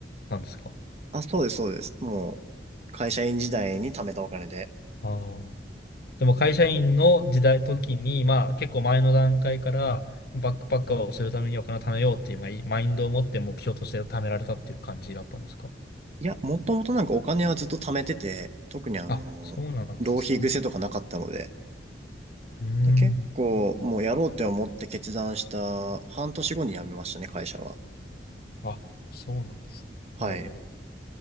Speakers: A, on the left; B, on the right.
A: なんですか。
B: あ、そうです、そうです。もう、会社員時代に貯めたお金で。
A: ああ。でも会社員の時代、時に、まあ、結構前の段階から、バックパッカーをするためにお金を貯めようっていう、まあ、いマインドを持って目標として貯められたっていう感じだったんですか。
B: いや、もともとなんかお金はずっと貯めてて、特にあの、
A: あ、そうなんですね。
B: 浪費癖とかなかったので、
A: うーん。
B: で、結構、もうやろうって思って決断した半年後に辞めましたね、会社は。
A: あ、そうなんです。
B: はい。
A: なるほど。